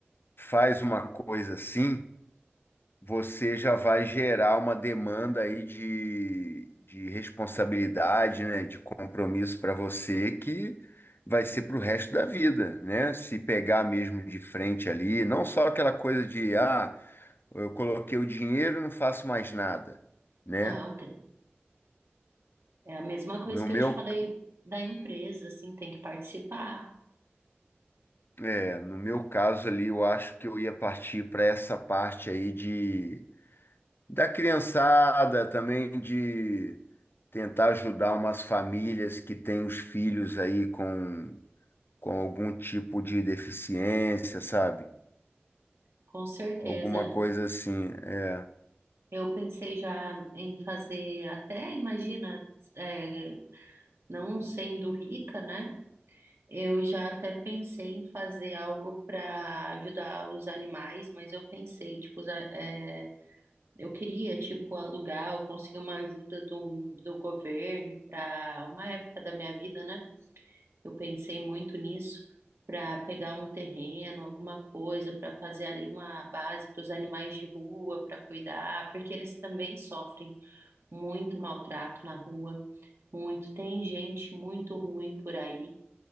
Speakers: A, on the left; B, on the right.
A: faz uma coisa assim, você já vai gerar uma demanda aí de, de responsabilidade, né, de compromisso para você que vai ser para o resto da vida, né? Se pegar mesmo de frente ali, não só aquela coisa de, ah, eu coloquei o dinheiro e não faço mais nada, né?
B: Não, tem- é a mesma coisa
A: No
B: que eu
A: meu,
B: te falei da empresa, assim, tem que participar,
A: é, no meu caso ali, eu acho que eu ia partir para essa parte aí de da criançada também de tentar ajudar umas famílias que têm os filhos aí com, com algum tipo de deficiência, sabe?
B: com certeza.
A: Alguma coisa assim, é.
B: Eu pensei já em fazer, até imagina, é, não sendo rica, né? Eu já até pensei em fazer algo para ajudar os animais, mas eu pensei, tipo, usar- é, eu queria, tipo, alugar ou conseguir uma ajuda do, do governo para uma época da minha vida, né? Eu pensei muito nisso para pegar um terreno, alguma coisa, para fazer ali uma base para os animais de rua, para cuidar, porque eles também sofrem muito maltrato na rua, muito. Tem gente muito ruim por aí